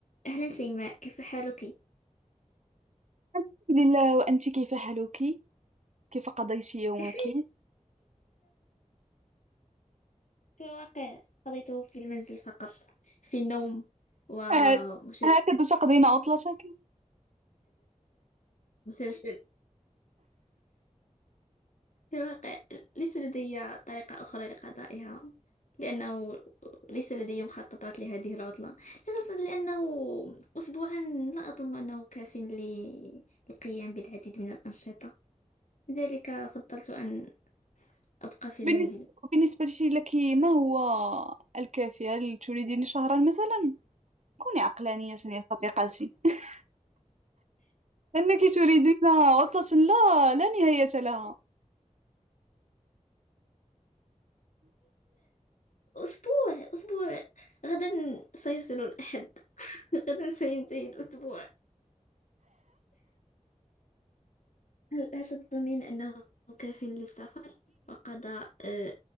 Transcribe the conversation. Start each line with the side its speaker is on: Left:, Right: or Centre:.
Left: أهلا شيماء كيف حالك؟
Right: الحمد لله وأنت كيف حالك؟ كيف قضيت يومك؟
Left: بخير في الواقع قضيته في المنزل فقط في النوم ومشاهدة
Right: آه، هكذا تقضين عطلتك؟
Left: مسلسل في الواقع ليس لدي طريقة أخرى لقضائها لأنه ليس لدي مخططات لهذه العطلة لأن- لأنه أسبوعا لا أظن أنه كاف للقيام بالعديد من الأنشطة لذلك فضلت أن أبقى في
Right: بالنسبة
Left: المنزل
Right: بالنسبة لك ما هو الكافي؟ هل تريدين شهرا مثلا؟ كوني عقلانية يا صديقتي <laughs> أنك تريدين عطلة لا لا نهاية لها
Left: أسبوع أسبوع غدا سيصل الأحد <laughs> غدا سينتهي الأسبوع هل, هل تظنين أنه كاف للسفر وقضاء آه،